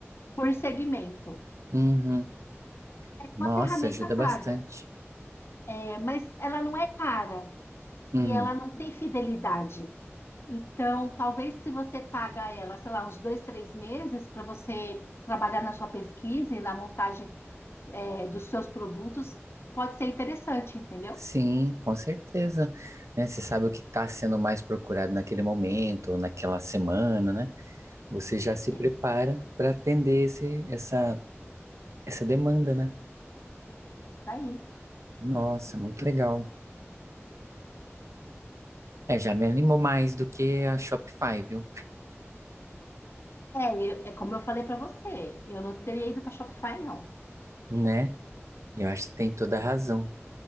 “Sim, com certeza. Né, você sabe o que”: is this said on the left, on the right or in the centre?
Right